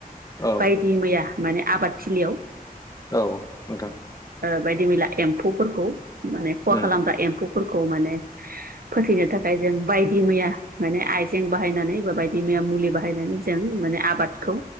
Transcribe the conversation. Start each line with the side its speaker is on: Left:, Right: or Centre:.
Left: औ
Right: बायदि मैया माने आबाद थलियाव
Left: औ नोंथां
Right: बायदि मैला एम्फौफोरखौ माने खहा
Left: उम
Right: खालामग्रा एम्फौ फोरखौ माने फोथैनो थाखाय जों बायदि मैया माने आइजें बाहायनानै बा बायदि मैया मुलि बाहायनानै जों माने आबादखौ